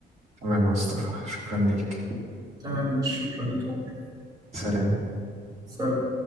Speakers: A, on the right; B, on the right.
A: تمام يا مصطفى شكرا ليك
B: تمام مش شكرا لك يا عمر.
A: سلام
B: سلام